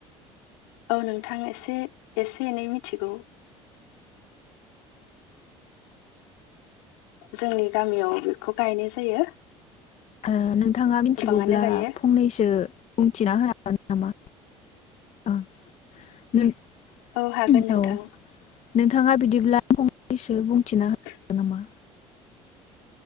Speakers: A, on the left; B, on the left.
A: औ नोंथां एसे एसे एनै मिथिगौ जोंनि गामियाव बेखौ गायनाय जायो।
B: ओ नोंथाङा मिथिगौब्ला
A: गोबाङानो गायो
B: फंनैसो बुंथिना होनो हागोन नामा <unintelligible>
A: औ हागोन
B: नों
A: नोंथां
B: औ नोंथाङा बिदिब्ला फंनैसो बुंथिना हो
A: <inaudible>
B: नामा